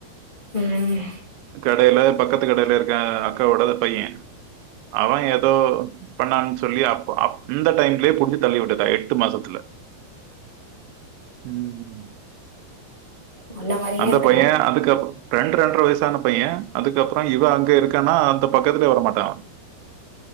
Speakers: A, on the left; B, on the right.
A: ம்
B: கடையில பக்கத்து கடைல இருக்கே அக்காவோட அத பைய அவ ஏதோ பண்ணான் சொல்லி அப்போ அப் இந்த டைம்லேயே புடிச்சு தள்ளி விட்டுடா எட்டு மாசத்துல ம் <inaudible>
A: ஒன்ன மாரியே
B: அந்த
A: இருக்குடா
B: பையன் அதுக்கப்புறம் ரெண்டு ரெண்டர வயசான பைய அதுக்கப்பறம் இவ அங்க இருக்கன்னா அந்த பக்கத்துலையே வர மாட்டா